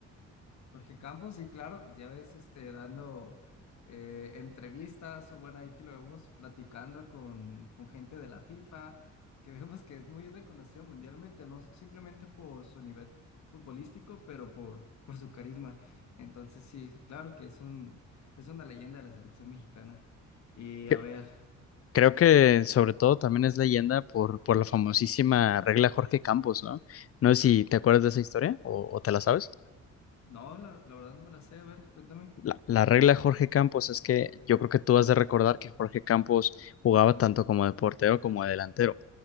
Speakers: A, on the left; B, on the left.
A: Jorge Campos, sí, claro, pues ya ves, este, dando eh, entrevistas o bueno, ahí que lo vemos platicando con, con gente de la FIFA, que <laughs> vemos que es muy reconocido mundialmente, no simplemente por su nivel futbolístico, pero por, por su carisma. Entonces, sí, claro que es un, es una leyenda de la selección mexicana. Y
B: Que-
A: a ver,
B: Creo que sobre todo también es leyenda por, por la famosísima regla Jorge Campos, ¿no? No sé si te acuerdas de esa historia o, o te la sabes.
A: no, la, la verdad no me la sé, a ver, cuéntame.
B: La, la regla Jorge Campos es que yo creo que tú has de recordar que Jorge Campos jugaba tanto como de portero como de delantero.